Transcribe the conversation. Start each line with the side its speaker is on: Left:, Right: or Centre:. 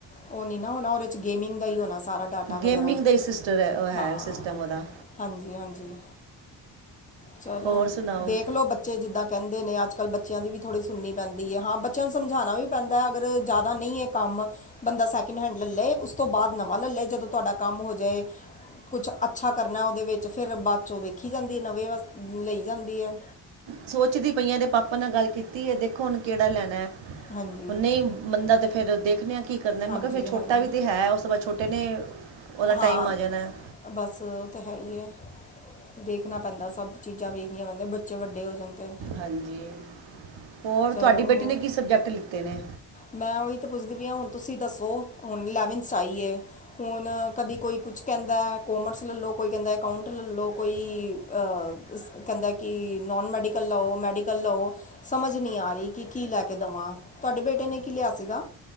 Left: ਉਹ ਨੀ ਨਾ ਹੋਣਾ ਉਹਦੇ 'ਚ ਗੇਮਿੰਗ ਦਾ ਈ ਸਾਰਾ ਡਾਟਾ ਵਗੈਰਾ
Right: ਗੇਮਿੰਗ ਦਾ ਹੀ ਸਿਸਟਰ ਹੈ ਉਹ ਹੈ
Left: ਹਾਂ,
Right: ਸਿਸਟਮ ਉਹਦਾ
Left: ਹਾਂਜੀ-ਹਾਂਜੀ। ਚਲੋ,
Right: ਹੋਰ ਸੁਣਾਓ
Left: ਦੇਖ ਲੋ ਬੱਚ ਬੱਚੇ ਜਿੱਦਾਂ ਕਹਿੰਦੇ ਨੇ ਅੱਜ-ਕੱਲ੍ਹ ਬੱਚਿਆਂ ਦੀ ਵੀ ਥੋੜ੍ਹੀ ਸੁਣਨੀ ਪੈਂਦੀ ਆ, ਹਾਂ ਬੱਚਿਆਂ ਨੂੰ ਸਮਝਾਣਾ ਵੀ ਪੈਂਦਾ ਅਗਰ ਜ਼ਿਆਦਾ ਨਹੀਂ ਏ ਕੰਮ, ਬੰਦਾ ਸੈਕਿੰਡ ਹੈਂਡ ਲਲ੍ਹੈ, ਉਸ ਤੋਂ ਬਾਅਦ ਨਵਾਂ ਲਲ੍ਹੈ ਜਦੋਂ ਤੁਹਾਡਾ ਕੰਮ ਹੋ ਜਾਏ ਕੁਛ ਅੱਛਾ ਕਰਨਾ ਉਹਦੇ ਵਿੱਚ ਫੇਰ ਬਾਅਦ ਚੋਂ ਵੇਖੀ ਜਾਂਦੀ ਨਵੇਂ ਵਸ ਲਈ ਜਾਂਦੀ ਆ
Right: ਸੋਚਦੀ ਪਈਆਂ ਏਦੇ ਪਾਪਾ ਨਾਲ ਗੱਲ ਕੀਤੀ ਏ, ਦੇਖੋ ਹੁਣ ਕਿਹੜਾ ਲੈਣਾ,
Left: ਹਾਂਜੀ
Right: ਹੁਣ ਨਹੀਂ ਮੰਨਦਾ ਤੇ ਫਿਰ ਦੇਖਦੇ ਆ ਕੀ ਕਰਨਾ ਮੈਂ
Left: ਹਾਂਜੀ
Right: ਕਿਹਾ ਫਿਰ
Left: ਹਾਂਜੀ
Right: ਛੋਟਾ ਵੀ ਤਾਂ ਹੈ, ਉਸ ਤੋਂ ਬਾਅਦ ਛੋਟੇ ਨੇ ਉਹਦਾ
Left: ਹਾਂ,
Right: ਟਾਈਮ ਆ ਜਾਣਾ ਹੈ।
Left: ਬਸ ਉਹ ਤਾਂ ਹੈ ਈ ਐ ਦੇਖਣਾ ਪੈਂਦਾ ਸਭ ਚੀਜ਼ਾਂ ਵੇਖਣੀਆਂ ਪੈਂਦੀਆਂ, ਬੱਚੇ ਵੱਡੇ ਹੋ ਜਾਣ ਤੇ
Right: ਹਾਂਜੀ, ਹੋਰ
Left: ਚਲੋ
Right: ਤੁਹਾਡੀ ਬੇਟੀ
Left: ਹੋਰ
Right: ਨੇ ਕੀ ਸਬਜੈਕਟ ਲਿੱਤੇ ਨੇ
Left: ਮੈਂ ਉਹੀ ਤੇ ਪੁੱਛਦੀ ਪਈ ਆ ਹੁਣ ਤੁਸੀਂ ਦੱਸੋ? ਹੁਣ ਇਲਵੰਥ 'ਚ ਆਈ ਏ ਹੁਣ ਕਦੀ ਕੋਈ ਕੁਛ ਕਹਿੰਦਾ, ਕੋਮਰਸ ਲਲੋ, ਕੋਈ ਕਹਿੰਦਾ ਅਕਾਊਂਟ ਲਲੋ, ਕੋਈ ਅ ਕਹਿੰਦਾ ਕਿ ਨੋਨ ਮੈਡੀਕਲ ਲਓ, ਮੈਡੀਕਲ ਲਓ ਸਮਝ ਨਈ ਆ ਰ‌ਈ ਕਿ ਕੀ ਲੈ ਕੇ ਦਵਾਂ, ਤੁਹਾਡੇ ਬੇਟੇ ਨੇ ਕੀ ਲਿਆ ਸੀਗਾ?